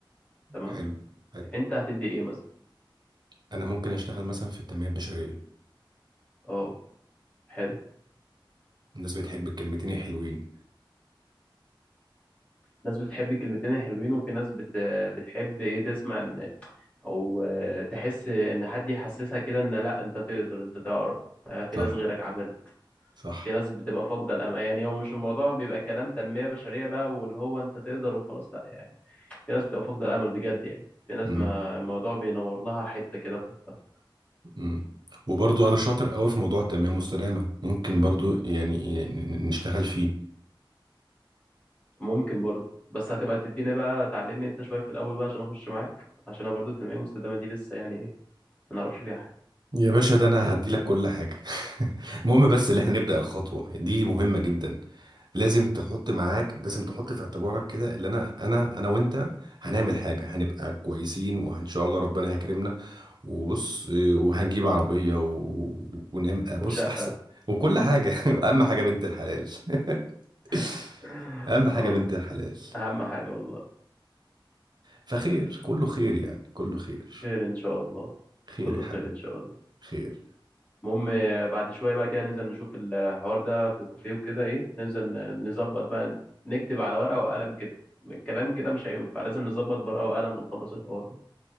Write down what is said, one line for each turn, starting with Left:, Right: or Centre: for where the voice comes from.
Left: تمام
Right: حلو حلو
Left: انت هتدي ايه مثلا
Right: انا ممكن اشتغل مثلا في التنمية البشرية
Left: اه حلو
Right: الناس بتحب الكلمتين الحلوين
Left: ناس بتحب الكلمتين الحلوين وفي ناس بت... بتحب ايه تسمع ان او آه، تحس ان حد يحسسها كده ان لا انت تقدر انت تعرف آه، في
Right: صح
Left: ناس غيرك عملت
Right: صح
Left: في ناس بتبقى فاقده الامل يعني هو مش الموضوع بيبقى كلام تنميه بشريه بقى واللي هو انت تقدر وخلاص لا يعني في ناس بتبقى فاقده الامل بجد يعني في ناس
Right: امم
Left: ما الموضوع بينور لها حته كده في مخها
Right: امم وبرضو انا شاطر قوي في موضوع التنمية المستدامة ممكن برضو يعني ن- ن- نشتغل فيه
Left: ممكن برضه بس هتبقى تديني بقى تعلمني انت شويه في الاول بقى عشان اخش معاك عشان انا برضه التنميه المستدامه دي لسه يعني ايه ما نعرفش فيها حاجه
Right: يا باشا ده انا هديلك كل حاجة <laughs> المهم بس اللي احنا نبدأ الخطوة دي مهمة جدا لازم تحط معاك لازم تحط في اعتبارك كده اللي انا انا انا وانت هنعمل حاجة هنبقى كويسين وان شاء الله ربنا هيكرمنا وبص اه، وهنجيب عربية و... ونعمل
Left: وشقه
Right: بص احسن وكل حاجة <laughs> اهم حاجة بنت الحلال <laughs>
Left: <laughs>
Right: اهم حاجة
Left: اه
Right: بنت الحلال
Left: اهم حاجه والله
Right: فخير كله خير يعني كله خير
Left: خير ان شاء الله
Right: خير
Left: كله
Right: يا حبيبي
Left: خير ان شاء الله
Right: خير
Left: المهم آه، بعد شويه بقى كده ننزل نشوف الحوار ده في الكافيه وكده ايه ننزل ن- نظبط بقى نكتب على ورقه وقلم كده الكلام كده مش هينفع لازم نظبط ورقه وقلم ونخلص الحوار ده